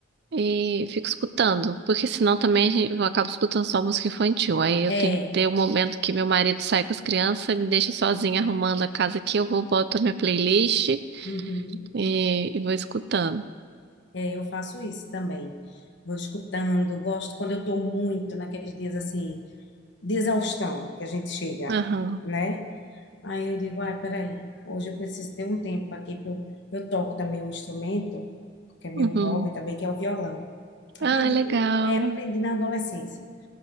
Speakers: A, on the right (about 60°); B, on the left (about 65°).
A: e fico escutando, porque senão também a gente- eu acabo escutando só música infantil. Aí eu
B: É,
A: tenho que ter o momento que meu marido sai com as crianças, me deixa sozinha arrumando a casa aqui, eu vou boto a minha playlist
B: uhum,
A: e, e vou escutando.
B: é, eu faço isso também. Vou escutando, gosto quando eu estou muito naqueles dias assim, de exaustão que a gente chega,
A: Aham.
B: né? Aí eu digo, ai, peraí, hoje eu preciso ter um tempo aqui para eu, eu toco também um instrumento, que é meu
A: Uhum.
B: hobby também, que é o violão. Aprendi,
A: Ah, é legal.
B: aprendi na adolescência,